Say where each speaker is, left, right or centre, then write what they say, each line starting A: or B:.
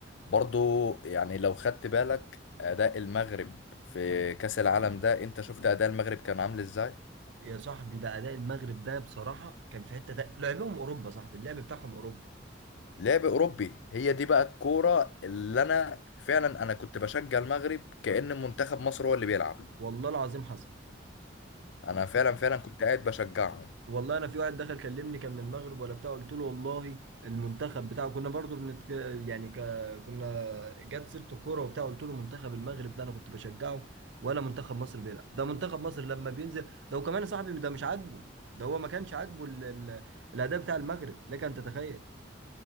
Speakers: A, on the left (about 80°); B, on the right (about 75°).
A: برضو يعني لو خدت بالك اداء المغرب في كاس العالم ده انت شفت اداء المغرب كان عامل ازاي
B: يا صاحبي ده اداء المغرب ده بصراحه كان في حته تا- لعبهم اوروبا صاحبي اللعب بتاعهم اوروبي
A: لعب اوروبي هي دي بقى الكوره اللي انا فعلا انا كنت بشجع المغرب كأن منتخب مصر هو اللي بيلعب
B: والله العظيم حصل
A: انا فعلا فعلا كنت قاعد بشجعهم
B: والله انا في واحد دخل كلمني كان من المغرب ولا بتاع قلت له والله المنتخب بتاعه كنا برضو بنت يعني ك... كنا جت سيره الكوره وبتاع قلت له منتخب المغرب ده انا كنت بشجعه ولا منتخب مصر بيلعب ده منتخب مصر لما بينزل ده وكمان يا صاحبي ده مش عاجبه ده هو ما كانش عاجبه ال... ال... الاداء بتاع المغرب لك ان تتخيل